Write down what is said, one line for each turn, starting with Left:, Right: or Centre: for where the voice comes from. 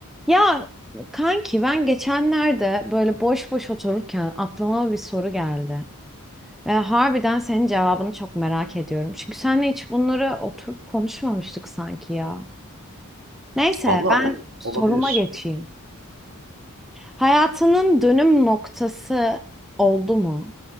Centre: Ya kanki ben geçenlerde böyle boş boş otururken aklıma bir soru geldi. Ve harbiden senin cevabını çok merak ediyorum. Çünkü seninle hiç bunları oturup konuşmamıştık sanki ya. Neyse
Right: Valla
Centre: ben
Right: o-
Centre: soruma
Right: olabilir.
Centre: geçeyim. Hayatının dönüm noktası oldu mu?